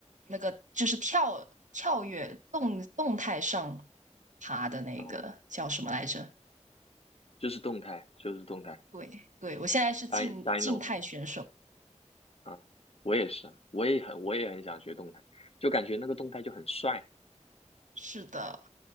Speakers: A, on the right (about 85°); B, on the left (about 55°).
A: 那个，就是跳跳跃动动态上爬的那个叫什么来着？
B: 嗯，就是动态，就是动态
A: 对对，我现在是静静态选手。
B: d y d n o 啊，我也是啊，我也很我也很想学动态，就感觉那个动态就很帅，
A: 是的，